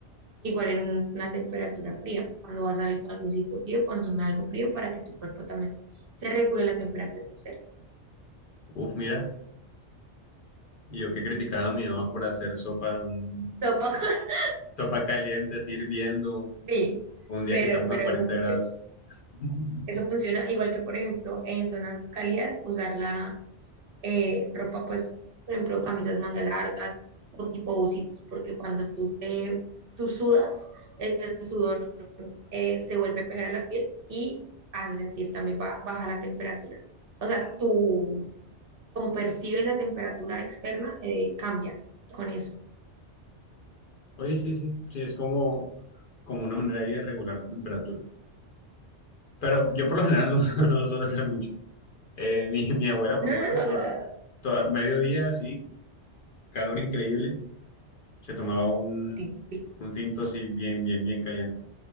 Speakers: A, on the right; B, on the left.
A: Igual en un- una temperatura fría. Cuando vas a al- algún sitio frío, consume algo frío para que tu cuerpo también se regule la temperatura externa.
B: uff, mira, yo que criticaba a mi mamá por hacer sopa un
A: Sopa, <laughs>
B: Sopa caliente, así hirviendo, un,
A: sí,
B: un día
A: pero,
B: que estamos
A: pero
B: a 40
A: eso funciona.
B: grados. <laughs>
A: Eso funciona igual que, por ejemplo, en zonas cálidas, usar la eh, ropa, pues, por ejemplo, camisas manga largas o tipo bucitos, porque cuando tú, te, tú sudas, ese sudor eh, se vuelve a pegar a la piel y hace sentir también ba- baja la temperatura. O sea, tu como percibes la temperatura externa, eh, cambia con eso.
B: Oye, sí, sí, sí, es como, como una manera ahí de regular la temperatura. Pero yo por lo general no, su- <laughs> no suelo hacer mucho. Eh, mi, mi abuela, por
A: No,
B: lo
A: no,
B: menos,
A: no,
B: toda,
A: o sea,
B: toda mediodía, así, calor increíble, se tomaba un,
A: tic, tic.
B: un tinto así bien, bien, bien caliente.